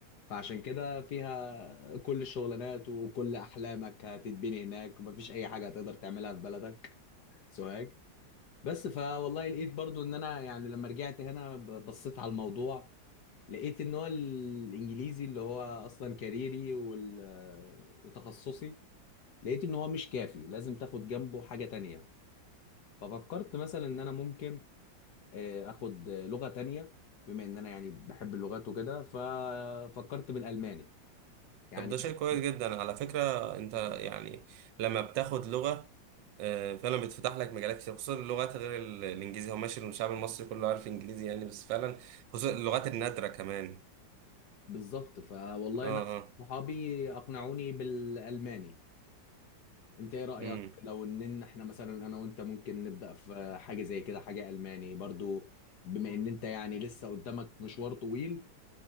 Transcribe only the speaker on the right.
طب ده
شيء كويس
جدا على فكره انت
يعني لما بتاخد لغه آه، فعلا بتفتح لك مجالات كتير خصوصا اللغات غير ال- الانجليزي هو ماشي الشعب المصري كله عارف انجليزي يعني بس فعلا خصوصا اللغات النادره كمان
اه
اه
امم